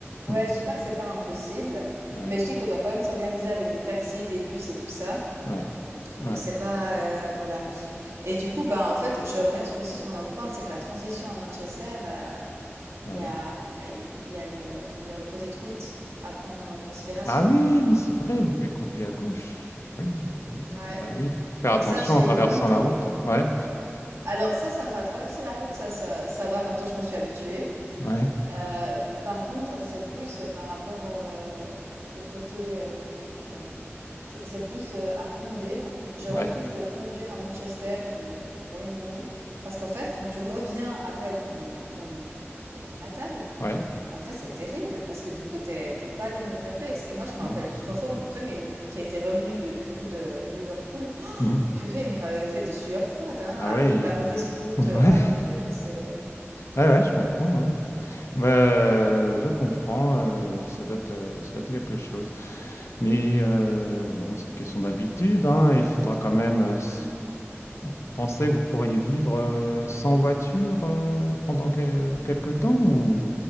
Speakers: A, on the right; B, on the left.
A: ouais,
B: Hmm.
A: je dis pas que c'est pas impossible,
B: Ouais.
A: mais je dis qu'on doit quand même s'organiser avec des taxis, des bus et tout ça.
B: Ouais.
A: Donc
B: Ouais.
A: c'est pas, heu, voilà et du coup, bah en fait, je reviens aussi sur un autre point, c'est que la transition à Manchester, euh,
B: Ouais.
A: il y a il y a le comment dire? Le côté de route à prendre en considération.
B: Ah oui, oui, c'est vrai, vous avez conduit à gauche. Oui,
A: Ouais,
B: bah oui. Faire
A: donc
B: attention
A: ça, j'ai
B: en traversant
A: volontaire
B: la route. Ouais,
A: alors ça, ça va, traverser la route, ça ça ça va, maintenant je me suis habituée.
B: ouais,
A: Heu, par contre, c'est plus, heu, par rapport, heu, au côté, heu, comment dire? Hem, c'est c'est plus, heu, à conduire. Je
B: ouais,
A: refuse de conduire à Manchester ou au Royaume-Uni parce qu'en fait, quand tu reviens après dans ton dans ton pays natal,
B: ouais.
A: En fait, c'est terrible parce que du coup, tu es pas les mêmes réflexes et moi, je me
B: Non,
A: rappelle deux
B: c'est
A: trois
B: sûr.
A: fois, mon frère, il m qui était revenu de du coup de Liverpool, Ah,
B: Mhm.
A: purée, mais il m'avait fait des sueurs froides, hein,
B: Ah
A: à
B: ouais,
A: prendre la mauvaise route,
B: <laughs> ouais,
A: oh, ah purée, ouais, c'est
B: ouais, ouais, je comprends, ouais. Bah, euh, je comprends, euh, ça doit être, euh, ça doit être quelque chose. Mais euh, bon, c'est une question d'habitude, hein, il faudra quand même euh, s- penser que vous pourriez vivre euh, sans voiture euh, pendant que- quelque temps ou